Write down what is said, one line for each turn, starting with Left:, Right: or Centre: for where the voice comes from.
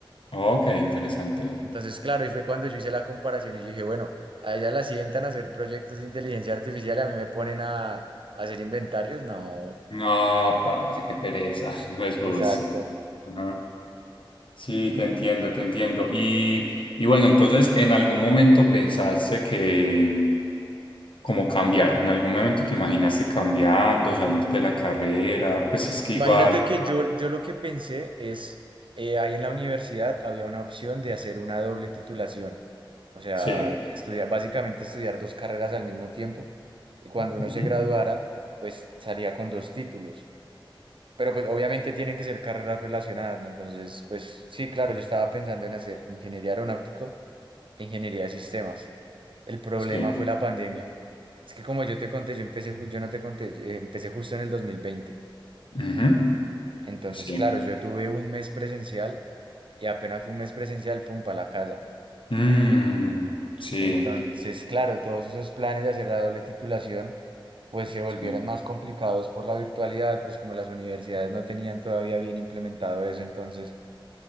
Left: Ok, interesante.
Right: Entonces, claro, y fue cuando yo hice la comparación y yo dije, bueno, a ella la sientan a hacer proyectos de inteligencia artificial y a mí me ponen a, a hacer inventarios. No,
Left: No, parece que pereza, <laughs> no es justo.
Right: exacto.
Left: Ajá. Sí, te entiendo, te entiendo. Y, y bueno, entonces, ¿en algún momento pensaste que, como cambiar? ¿En algún momento te imaginaste cambiando, salir de la carrera? Pues si es que
Right: Imagínate
Left: igual.
Right: que yo, yo lo que pensé es, eh, ahí en la universidad había una opción de hacer una doble titulación, o sea,
Left: Sí.
Right: estudiar, básicamente estudiar dos carreras al mismo tiempo, y cuando uno
Left: Ujú.
Right: se graduara, pues salía con dos títulos, pero pues obviamente tienen que ser carreras relacionadas, ¿no? Entonces, pues sí, claro, yo estaba pensando en hacer ingeniería aeronáutico e ingeniería de sistemas. El problema
Left: Sí.
Right: fue la pandemia. Es que como yo te conté, yo empecé, ju- yo no te conté, yo, eh, empecé justo en el dos mil veinte
Left: Ujú.
Right: Entonces,
Left: Sí.
Right: claro, yo tuve un mes presencial y apenas fue un mes presencial, pum, para la casa.
Left: Mm, sí.
Right: Entonces, claro, todos esos planes de hacer la doble titulación, pues se volvieron
Left: Sí.
Right: más complicados por la virtualidad, pues como las universidades no tenían todavía bien implementado eso, entonces